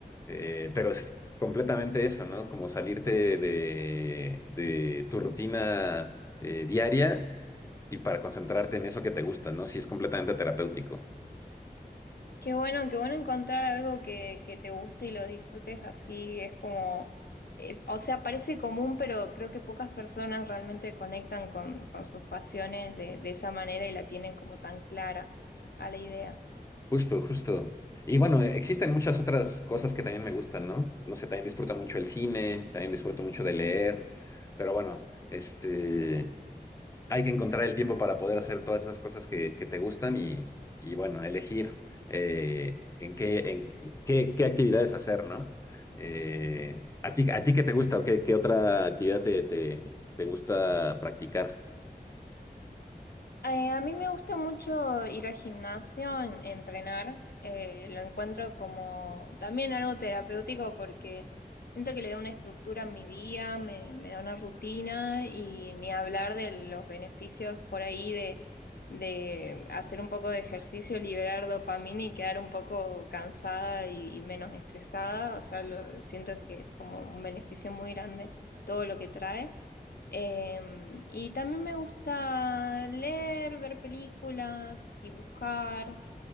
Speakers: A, on the left; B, on the left.
A: Eh, pero es completamente eso, ¿no? Como salirte de, de tu rutina eh, diaria y para concentrarte en eso que te gusta, ¿no? Sí, es completamente terapéutico.
B: Qué bueno, qué bueno encontrar algo que, que te guste y lo disfrutes así. Es como, eh, o sea, parece común, pero creo que pocas personas realmente conectan con, con sus pasiones de, de esa manera y la tienen como tan clara a la idea.
A: Justo, justo. Y bueno, eh, existen muchas otras cosas que también me gustan, ¿no? No sé, también disfruto mucho el cine, también disfruto mucho de leer, pero bueno, este... hay que encontrar el tiempo para poder hacer todas esas cosas que, que te gustan y, y, bueno, elegir eh, en qué, en qué, qué actividades hacer, ¿no? Eh, ¿a ti, a ti qué te gusta o qué, qué otra actividad te, te, te gusta practicar?
B: Eh, a mí me gusta mucho ir al gimnasio, en- entrenar. eh, lo encuentro como también algo terapéutico porque siento que le da una estructura a mi día, me, me da una rutina y ni hablar de los beneficios por ahí de, de hacer un poco de ejercicio, liberar dopamina y quedar un poco cansada y, y menos estresada. O sea, lo- siento que es como un beneficio muy grande todo lo que trae. Em, y también me gusta leer, ver películas, dibujar,